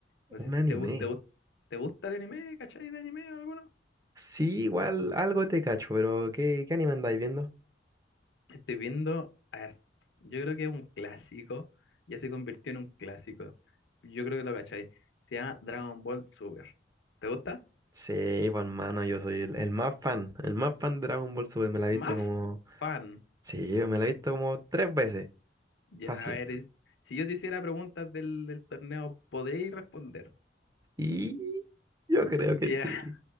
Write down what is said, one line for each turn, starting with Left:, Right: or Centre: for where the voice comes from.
Left: No sé
Right: Un
Left: si
Right: anime.
Left: te gusta, te gusta, te gusta el anime, ¿cachai? ¿De anime o alguno?
Right: Sí, igual algo te cacho, pero ¿qué, qué anime andáis viendo?
Left: Estoy viendo, a ver, yo creo que es un clásico. Ya se convirtió en un clásico. Yo creo que lo cachai. Se llama Dragon Ball Super. ¿Te gusta?
Right: Sí, pues hermano, yo soy el, el más fan, el más fan de Dragon Ball Super, me la he
Left: Más
Right: visto como...
Left: fan.
Right: Sí, me la he visto como tres veces,
Left: Ya,
Right: fácil.
Left: a ver, es- si yo te hiciera preguntas del, del torneo, ¿podríais responder?
Right: Y yo creo
Left: Ya,
Right: que sí,